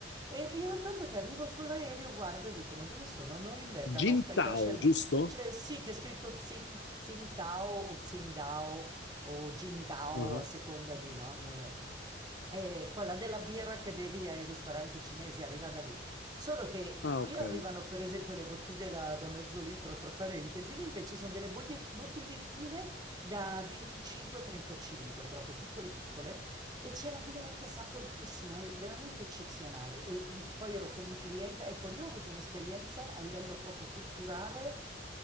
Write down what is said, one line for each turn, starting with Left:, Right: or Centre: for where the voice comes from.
Right: e mi ricordo che arrivo sull'aereo, guardo e dico: Ma dove sono? A Norimberga? No,
Left: Jintao,
Right: aspetta, c'è il. ma-
Left: giusto?
Right: c'è- sì, che è scritto Tsing- Tsingtao o Tsingdao o Jingdao
Left: Ah,
Right: a seconda di, no? Eh, e quella della birra che bevi ai ristoranti cinesi arriva da lì. Solo che
Left: ah,
Right: qui
Left: ok.
Right: arrivano, per esempio, le bottiglie da, da mezzo litro, tra parentesi, lì invece sono delle boglie- bottigliettine da 25-35, proprio piccole piccole, e c'è la birra che è saporitissima, è veramente eccezionale. E mh, poi ero con un cliente, ecco, lì ho avuto un'esperienza a livello proprio culturale.